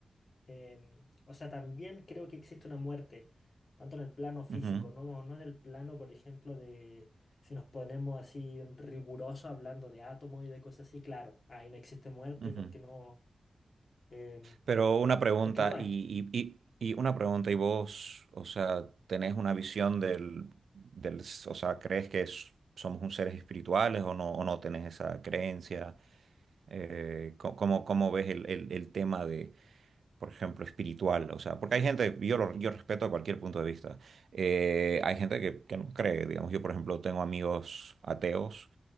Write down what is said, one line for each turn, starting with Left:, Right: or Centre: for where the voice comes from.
Left: em, o sea, también creo que existe una muerte, tanto en el plano físico,
Right: ujú,
Left: no, no en el plano, por ejemplo, de si nos ponemos así rigurosos hablando de átomos y de cosas así, claro, ahí no existe muerte
Right: ujú.
Left: porque no, em,
Right: Pero una pregunta,
Left: porque no hay.
Right: y, y- y- y una pregunta, ¿y vos, o sea, tenés una visión del, del, o sea, crees que s- somos un seres espirituales o no, o no tenés esa creencia? Eh, co- ¿cómo, cómo ves el, el- el tema de, por ejemplo, espiritual? O sea, porque hay gente, yo, lo- yo respeto cualquier punto de vista. Eh, hay gente que, que no cree, digamos, yo, por ejemplo, tengo amigos ateos.